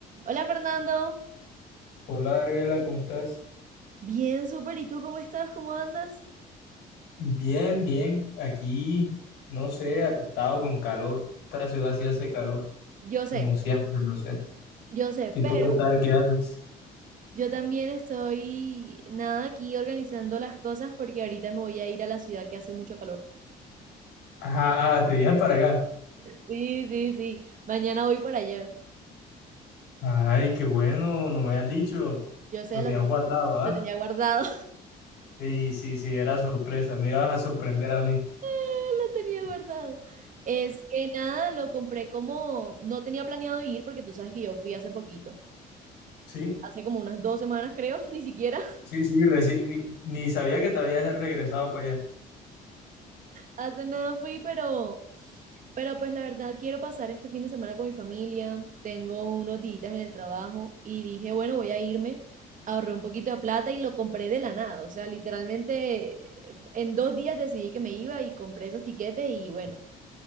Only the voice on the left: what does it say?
Hola Gabriela, ¿cómo estás?
Bien, bien. Aquí, no sé, acostado con calor. Esta ciudad sí hace calor,
como siempre, no sé.
¿Y
tú qué tal? ¿Qué haces?
Ajá, ah, te vienes para acá.
Ay, qué bueno, no me habías dicho.
Lo
tenías
guardado, ¿ah?
Sí, sí, sí, era sorpresa. Me ibas a sorprender a mí.
Sí,
sí, sí, reci- ni, ni sabía que te habías regresado para allá.